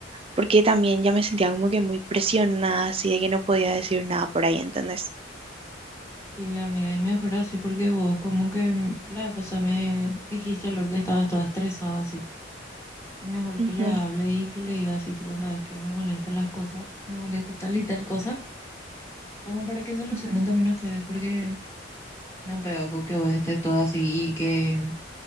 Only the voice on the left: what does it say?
Sí, amiga, y mejor así porque vos como que mm, la vez pasada me dijiste lo que estabas toda estresada así. Y mejor
que le hable y que le diga así, tú sabes que me molestan las cosas, me molesta tal y tal cosa, como para que solucionen
también ustedes, porque No pega con que vos estés todo así y que